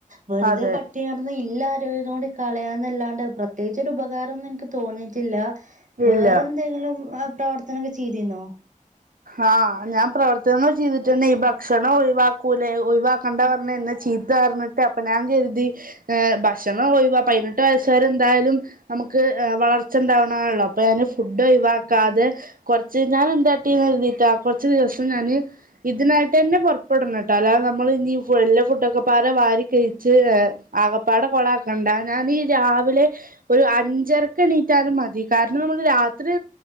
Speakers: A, on the right (about 60°); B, on the right (about 85°).
A: വെറുതെ
B: അതെ
A: പട്ടിണികടന്ന് ഇള്ള ആരോഗ്യം കൂടി കളയാന്നല്ലാണ്ടെ പ്രത്യേകിചൊരു ഉപകാരൊന്നും ഇനിക്ക് തോന്നി ല്ല വേറെ
B: ഇല്ല
A: എന്തെങ്കിലും പ്രവർത്തനൊക്കെ ചെയ്തീനോ
B: ആ ഞാൻ പ്രവർത്തനങ്ങൾ ചെയ്തിട്ടന്നെ ഈ ഭക്ഷണം ഒഴിവാക്കൂലേ ഒഴിവാക്കണ്ട പറഞേ ചീത്തർഞ്ഞിട്ട് അപ്പൊ ഞാൻ കരുതി ഭക്ഷണം പോയി പതിനെട്ട് വയസ്സരെ എന്തായാലും നമുക്ക് വളർച്ച ഉണ്ടാവ്ണാണല്ലോ അപ്പൊ ഞാന് ഫുഡ് ഒഴിവാക്കാതെ കുറച്ച് ഞാൻ എന്ത ണ്ട് കര്തിട്ടാ കുറച്ച് ദിവസം ഞാന് ഇതിനായിട്ട് തന്നെ പുറപ്പെടണം ട്ടാ അല്ലാതെ നമ്മള് ഞ്ഞി വല്ലോം ഫുഡൊക്കെ പാടെ വാരി കഴിച്ച് ആകപ്പാടെ കൊളാക്കണ്ട ഞാൻ ഈ രാവിലെ ഒരു അഞ്ചരക്കെണീറ്റാലും മതി കാരണം ഞമ്മള് രാത്രി